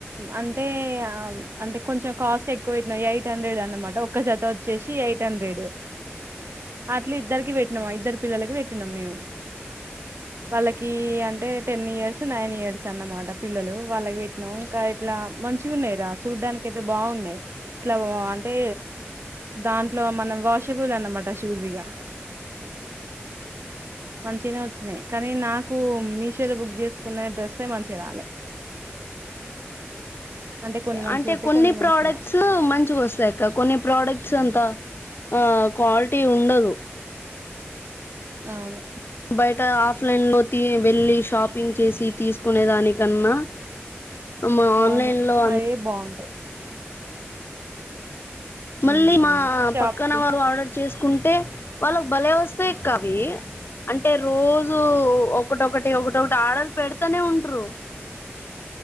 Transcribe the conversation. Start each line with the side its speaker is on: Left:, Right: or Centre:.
Right: అంటే అంటే కొంచెం కాస్ట్ ఎక్కువవుతుయి ఎయిట్ హండ్రెడ్ అనమాట ఒక్క జత వచ్చేసి ఎయిట్ హండ్రెడ్ అట్లా ఇద్దరికి పెట్టినామా ఇద్దరు పిల్లలకి పెట్టినాం మేము వాళ్ళకి అంటే టెన్ ఇయర్స్ నైన్ ఇయర్స్ అన్నమాట పిల్లలు వాళ్ళకి పెట్నాం ఇంకా ఇట్లా మంచిగా ఉన్నాయి రా చూడ్డానికి అయితే బాగున్నాయి ఇట్లా అంటే దాంట్లో మనం వాషబుల్ అన్నమాట షూజ్ ఇగా మంచినే వచ్చినాయి కానీ నాకు మీషోలో బుక్ చేసుకున్న డ్రస్ మంచిగా రాలే అంటే కొన్ని మంచిగా
Left: అంటే
Right: వస్తాయి
Left: కొన్ని
Right: మంచి
Left: ప్రోడక్ట్స్
Right: రావు
Left: మంచిగా వస్తాయిక్క కొన్ని ప్రోడక్ట్స్ అంతా ఆ క్వాలిటీ ఉండదు
Right: అవును
Left: బయట ఆఫ్లైన్ లో వెళ్ళలి షాపింగ్ చేసి తీసుకునే దానికన్నా మ్ ఆన్లైన్
Right: అవును
Left: లో అ
Right: అయే బాగుంటాయి
Left: మళ్ళీ
Right: ఉమ్
Left: మా
Right: షాపి
Left: పక్కన వారు ఆర్డర్ చేసు కుంటే వాళ్ళకి బలే వస్తాయి కవి అంటే రోజూ ఒకటొకటి ఒకటొ ఒకటి ఆడర్ పెడతానే ఉంట్ర